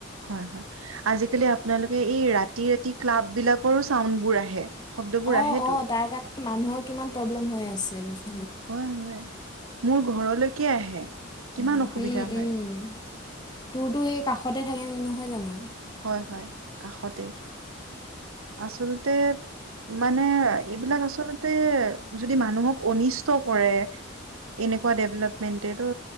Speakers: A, on the right; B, on the left.
A: হয়, হয়, আজিকালি আপোনালোকে এই ৰাতি ৰাতি ক্লাব বিলাক চাউণ্ড বোৰ আহে শব্দবোৰ
B: অ',
A: আহেতো।
B: অ', তাৰ মানুহৰ কিমান প্ৰব্লেম হৈ আছে বস্তু
A: হয়, হয়, মোৰ ঘৰলৈকে আহে। কিমান
B: উম,
A: অসুবিধা হয়,
B: উম, তোৰতো সেই কাষতে থাকে নহয় জানো?
A: হয়, হয়, কাষতে। আচলতে মানে এইবিলাক আচলতে যদি মানুহক অনিষ্ট কৰে, এনেকুৱা ডেভেলপমেণ্টে তটো